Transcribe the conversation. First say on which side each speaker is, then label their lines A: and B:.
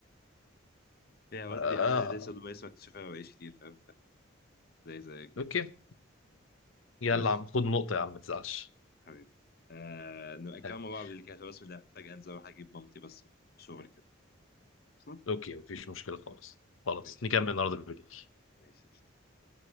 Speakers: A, on the left; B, on the left.
A: هي الوقت
B: آه.
A: دي انا لسه لما اسمع اكتشفها ما بقاليش كتير فاهم ف- زي زي كده
B: اوكي يلا
A: ماشي
B: يا عم خد نقطة يا عم ما تزعلش
A: حبيبي آه نبقى كمان
B: حبيبي.
A: مع بعض اللي كده بس ده محتاج انزل اروح اجيب مامتي بس من الشغل كده اصلا
B: اوكي مفيش مشكلة خالص خلاص
A: ماشي
B: نكمل
A: يا حبيبي.
B: النهاردة بالليل
A: ماشي قشطة.